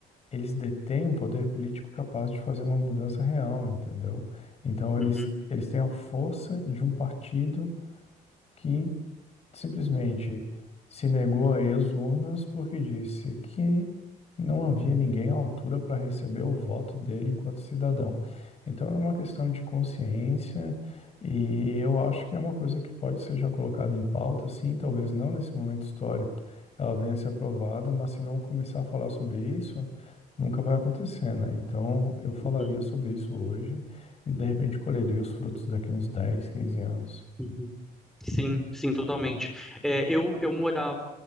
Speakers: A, on the left (about 40°); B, in the centre.
A: eles detêm um poder político capaz de fazer uma mudança real, entendeu? Então,
B: uhum,
A: eles, eles têm a força de um partido que simplesmente se negou a ir às urnas porque disse que não havia ninguém à altura para receber o voto dele enquanto cidadão. Então é uma questão de consciência e eu acho que é uma coisa que pode ser já colocada em pauta, sim, talvez não nesse momento histórico ela venha a ser aprovada, mas se não começar a falar sobre isso, nunca vai acontecer, né? Então eu falaria
B: uhum,
A: sobre isso hoje e de repente colheria os frutos daqui uns dez quinze anos.
B: uhum. Sim, sim, totalmente. É, eu, eu morava,